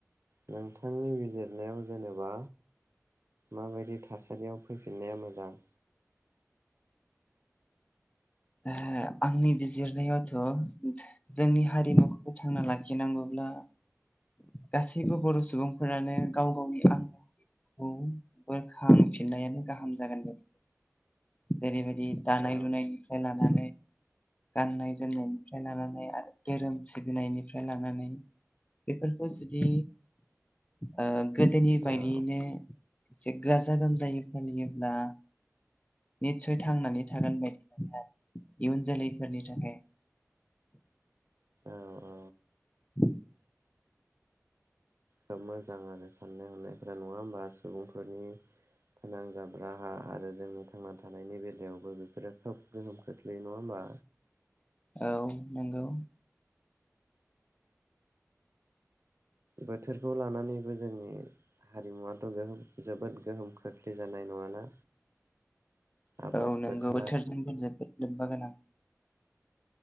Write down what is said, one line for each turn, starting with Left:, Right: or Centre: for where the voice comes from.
Right: नोंथांनि बिजिरनायाव जेनेबा माबायदि थासारियाव फैफिननाया मोजां
Left: हो आंनि बिजिरनायावथ' जोंनि हारिमुखौ फोथांना लाखिनांगौब्ला गासैबो बर' सुबुंफोरानो गाव गावनि आं <unintelligible> खौ बोखांफिननायानो गाहाम जागोन बायदि जेरैबाय दि दानाय
Right: औ
Left: लुनायनि लानानै गाननाय जोमनायनिफ्राय लानानै आरो धोरोम सिबिनायनिफ्राय लानानै बेफोरखौ जुदि ओ गोदोनि बायदियैनो
Right: औ
Left: एसे गाजा गोमजायै फालियोब्ला निसय थांनानै थागोन बायदि। इयुन जोलैफोरनि थाखाय
Right: औ
Left: <inaudible>
Right: खोब मोजां आरो साननाय हनायफोरा नङा होमबा सुबुंफोरनि फोनांजाब राहा आरो जोंनि थांना थानायनि बेलायावबो बेफोरो खोब गोहोम खोख्लैयो नङा होमबा?
Left: औ नोंगौ।
Right: बोथोरखौ लानानैबो जोंनि हारिमुवाथ' गोहो जोबोद गोहोम खोख्लै जानाय नङाना। आबाद
Left: औ नोंगौ
Right: फोथार
Left: बोथोरजों जोङो खोब लोब्बा गोनां